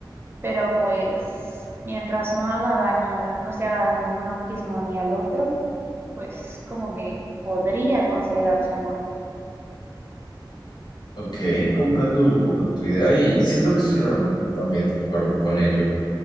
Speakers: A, on the right; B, on the left.
A: pero pues mientras no haga daño, no se haga daño ni a uno mismo ni al otro, pues como que podría considerarse amor.
B: Ok, comprendo un poco tu idea y siento que estoy realmente también de acuerdo con ello.